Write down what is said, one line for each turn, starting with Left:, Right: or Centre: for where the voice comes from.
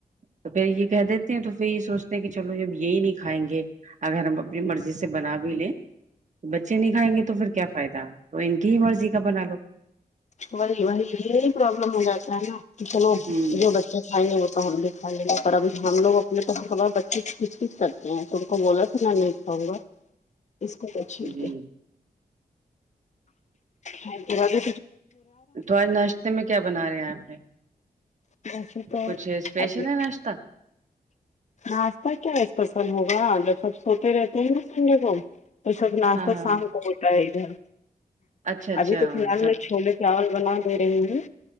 Right: تو پھر یہ کہہ دیتے ہیں تو پھر یہ سوچتے ہیں کہ چلو جب یہی نہیں کھائیں گے اگر ہم اپنی مرضی سے بنا بھی لیں تو بچے نہیں کهائیں گے تو پھر کیا فائدہ تو ان کی ہی مرضی کا بنا لو
Left: وہی وہی یہی پرابلم ہو جاتا ہے نا چلو
Right: ہوں
Left: جو بچہ ہے وہ تو ہم بھی کھائی لیں گے پر اب ہم لوگ اپنے توا بچے کھچ کچ کرتے ہیں تو وہ بولا تھا نا لیٹ اؤں گا اسکو تو چھلکے
Right: جی
Left: ہیت کرادے
Right: تو آج ناشتے میں کیا بنا رہے ہیں آپ نے
Left: ویسے تو
Right: کچھ اسپیشل
Left: ابھی
Right: ہے ناشتہ
Left: نا شتہ کیا اسپسل ہوگا جب سب سوتے رہتے ہیں نا ٹھنڈے ٹائم تو سب ناشہ
Right: ہاں ہاں
Left: شام کو ہوتا ہے ادھر
Right: اچھا اچھا
Left: ابھی تو فی الحال
Right: سب
Left: میں چھولے چاول بنا دے رہی ہوں